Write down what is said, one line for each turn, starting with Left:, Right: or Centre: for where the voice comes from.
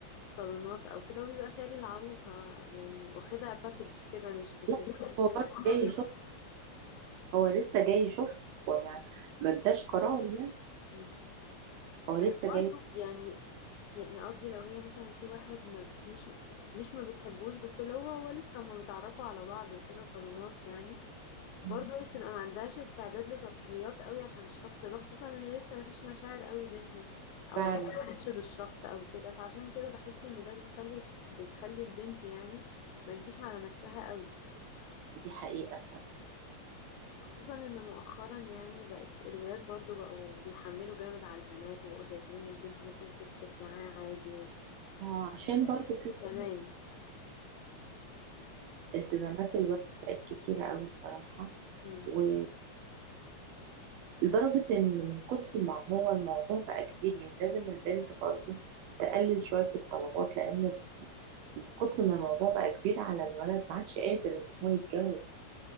Left: صالونات او كده وبيبقى شاري العروسة يعني واخدها باكج كده مش مش
Right: لا
Left: مستني
Right: هو
Left: منها
Right: برضه
Left: حاجة
Right: جاي يشوف هو لسه جاي يشوف هو ما ما اداش قرار يعني
Left: مم.
Right: هو لسه
Left: بس برضه
Right: جاي
Left: يعني يعني قصدي لو هي مثلا في واحد ما مش مش ما بتحبوش بس اللي هو هو لسه هما بيتعرفوا على بعض وكده صالونات يعني برضو
Right: مم.
Left: هي بتبقى ما عندهاش استعداد لسطحيات قوي عشان الشخص ده خصوصا ان لسه ما فيش مشاعر قوي بينهم او
Right: فعلا
Left: ما تفهمش بالشخص او كده فعشان كده بحس ان ده بيخلي الش- بيخلي البنت يعني ما تجيش على نفسها قوي
Right: دي حقيقة فعلا
Left: خصوصا ان مؤخرا يعني بقت الولاد برضو بقوا بيحملوا جامد على البنات وبقوا شايفين ان البنت ممكن تصرف معاه عادي و...
Right: اه عشان
Left: مش
Right: برضه
Left: زي
Right: في
Left: زمان
Right: التزامات الولد بقت كتيرة قوي بصراحة
Left: امم
Right: ويعني لدرجة إن من كتر ما هو الموضوع بقى كبير يعني لازم البنت برضه تقلل شوية في الطلبات لأن من كتر ما الموضوع بقى كبير على الولد ما عادش قادر إن
Left: امم
Right: هو يتجوز